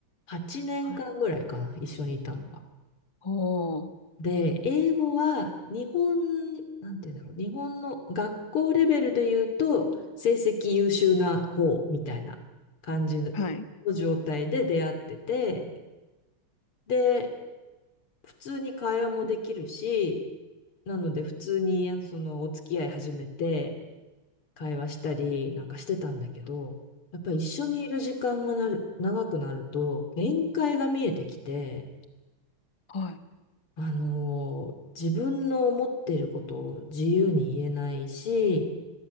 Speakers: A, on the left; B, on the left.
A: 8年間ぐらいかな、
B: はい。
A: 一緒にいたのが。
B: おー。
A: で、英語は日本、なんて言うんだろう、日本の学校レベルで言うと成績優秀な方みたいな感じ
B: はい。
A: の状態で出会ってて、で、普通に会話もできるし、なので普通にあのそのお付き合い始めて、会話したりなんかしてたんだけど、やっぱり一緒にいる時間がなる、
B: うん
A: 長くなると、限界が見えてきて、
B: はい。
A: あのー自分の思っていることを自由に言えないし、